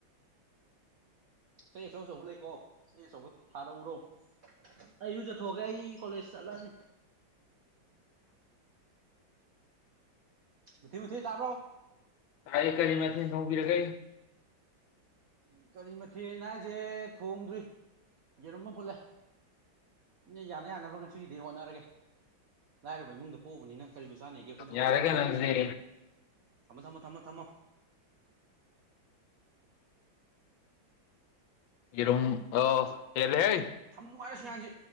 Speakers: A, on the right (about 55°); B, on the left (about 80°).
A: ꯆꯩ ꯑꯆꯧ ꯑꯆꯧꯕ ꯂꯩꯀꯣ ꯆꯩ ꯑꯆꯧꯕ ꯊꯥꯔꯛꯎꯔꯣ ꯑꯩ ꯏꯔꯨꯖꯊꯣꯛꯑꯒꯦ ꯑꯩ ꯀꯣꯂꯦꯖ ꯆꯠꯂꯅꯤ ꯃꯨꯊꯤ ꯃꯨꯊꯤ ꯇꯥꯕ꯭ꯔꯣ
B: ꯀꯔꯤ ꯀꯔꯤ ꯃꯊꯦꯜ ꯊꯣꯡꯕꯤꯔꯒꯦ
A: ꯎ ꯀꯔꯤ ꯃꯊꯦꯜꯅ ꯍꯥꯏꯖꯦ ꯊꯣꯡꯗ꯭ꯔꯤ ꯌꯦꯔꯨꯝ ꯑꯃ ꯐꯨꯠꯂꯦ ꯁꯤꯅ ꯌꯥꯅ ꯌꯥꯅꯕ ꯉꯁꯤꯒꯤꯗꯤ ꯍꯣꯠꯅꯔꯒꯦ ꯂꯥꯏꯔꯕ ꯏꯃꯨꯡꯗ ꯄꯣꯛꯎꯕꯅꯤꯅ ꯀꯔꯤꯕꯨ ꯆꯥꯅꯦꯒꯦ ꯑꯩꯈꯣꯏꯅꯕꯨ
B: ꯌꯥꯔꯦ ꯀꯩꯅꯣ ꯑꯗꯨꯗꯤ
A: ꯊꯝꯃꯣ ꯊꯝꯃꯣ ꯊꯝꯃꯣ ꯊꯝꯃꯣ
B: ꯌꯦꯔꯨꯝ ꯑꯥ ꯍꯦꯜꯂꯦ ꯍꯦ
A: ꯃꯝꯃꯣ ꯍꯥꯏꯔꯒ ꯁꯤꯉꯥꯡꯖꯦ